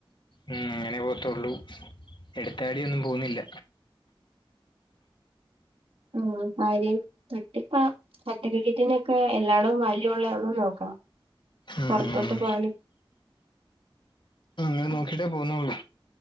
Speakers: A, on the left; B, on the right.
A: ഉം അങ്ങനെ പോവത്തുള്ളു എടുത്താടിയൊന്നും പോവ്ന്നില്ല
B: ഉം ആരേം തട്ടിപ്പാ സർട്ടിഫിക്കറ്റിനൊക്കെ എല്ലാടും വാല്യൂള്ളാന്നും നോക്കണം
A: ഉം
B: പൊറത്തോട്ട് പോവാന്
A: അങ്ങനെ നോക്കീട്ടെ പോന്നൊള്ളു